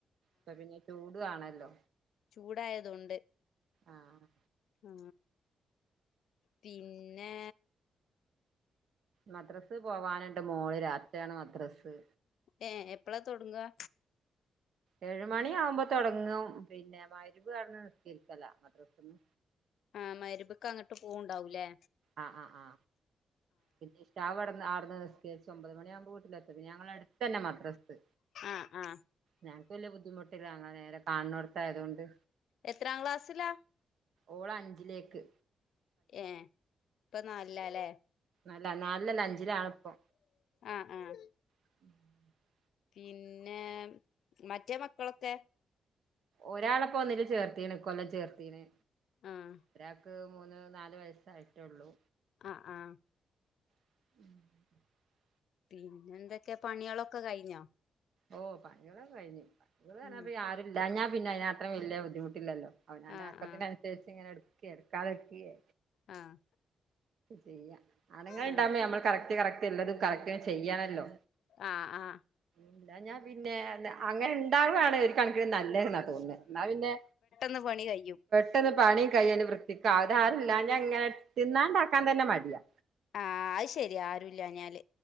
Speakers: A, on the right; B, on the left.
A: പ്പപിന്നെ ചൂട് ആണല്ലോ.
B: ചൂടായതൊണ്ട്
A: ആഹ്
B: ആ പിന്നെ?
A: മദ്രസ് പോവാനുണ്ട് മോള് രാത്രി ആണ് മദ്രസ്.
B: ഏ എപ്പളാ തൊട്ങ്ങാ?
A: ഏഴ് മണി ആകുമ്പ തൊട്ങ്ങും പിന്നെ മഗ്‌രിബ് അവിടന്ന് നിസ്കരിക്കല മദ്രസ്ന്ന്.
B: ആ മഗ്‌രിബ്ക് അങ്ങട്ട് പോവു ണ്ടാവൂലേ.
A: ആ ആ ആ പിന്നെ ഇഷാഹ് അവ്ടന്ന് ആട്ന്ന് നിസ്കരിച്ചു ഒമ്പത് മണിയാ വീട്ടിലെത്തും പിന്നെ ഞങ്ങളടുത്തന്നെ മദ്രസ്സ്
B: അ ആഹ്
A: ഞങ്ങക്ക് വല്ല്യ ബുദ്ധിമുട്ടില്ല ഞങ്ങള് നേരെ കാണോട്ത്തായ്തോണ്ട്
B: എത്രാം ക്ലാസ്സിലാ?
A: ഓളഞ്ചിലേക്ക്.
B: ഏ പ്പ നാലില ലേ
A: അല്ല നാലിലല്ല അഞ്ചിലാണ് പ്പൊ
B: ആഹ് ആഹ്
A: <inaudible>
B: പിന്നെ മറ്റേ മക്കളൊക്കെ.
A: ഒരാളെപ്പൊന്നില് ചേർത്തീണ് ക്കൊല്ലം ചേർത്തീണ്
B: ആഹ്
A: ഒരാക്ക് ണ്ട് മൂന്ന് നാല് വയസ്സായിട്ടുള്ളൂ.
B: ആഹ് ആഹ്
A: <inaudible>
B: പിന്നെ ന്തൊക്കെ പണിളൊക്കെ കഴിഞ്ഞോ?
A: ഓ പണിളൊക്കെ കഴ്ഞ് പണികള്ർഞാപ്പ
B: ഉം
A: ഈ ആരുംല്ലാഞ്ഞാ പിന്നെ അയ്നാത്രം വല്യ ബുദ്ധിമുട്ടില്ലല്ലോ അവനാന്റെ
B: ആഹ്
A: ആക്കത്തിനനുസരിച്ച്
B: ആഹ്
A: ഇങ്ങനെ എടുക്കെ, എടുക്കാതെനിക്കിയേ.
B: ആഹ്
A: ചെയ്യ, ആണ്ങ്ങൾ
B: ആഹ്
A: ഇണ്ടാവുമ്പ നമ്മൾ കറക്റ്റ് കറക്റ്റ് എല്ലതും കറക്റ്റ്ന് ചെയ്യാണല്ലോ?
B: ആഹ് ആഹ്.
A: ഇല്ലാഞ്ഞാൽ പി പിന്നെ അങ്ങനെ ഉണ്ടാവുകയാണ് ഒരു കണക്കിന് നല്ലെന്നാ തോന്നുന്നെ എന്നാ പിന്നെ
B: ന്നാ പണി കയ്യും
A: പെട്ടന്ന് പണി കയ്യന്ന് വൃത്തിക്ക, അത ആരുല്ലാഞാ ഇങ്ങനെ തിന്നാണ്ടാക്കാൻ തന്നെ മടിയാ.
B: ആഹ്, അത് ശെര്യാ ആരുല്ലാഞാല്.